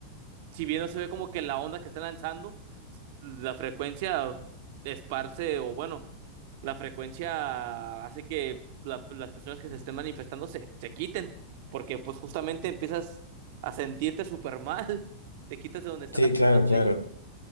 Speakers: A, on the right (about 50°); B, on the left (about 85°).
A: si bien no se ve como que la onda que está lanzando, la frecuencia esparce o bueno, la frecuencia hace que la- las personas que se estén manifestando se, se quiten, porque pues justamente empiezas a sentirte súper mal, <laughs> te quitas de donde están
B: Sí,
A: apuntando
B: claro, claro.
A: ahí.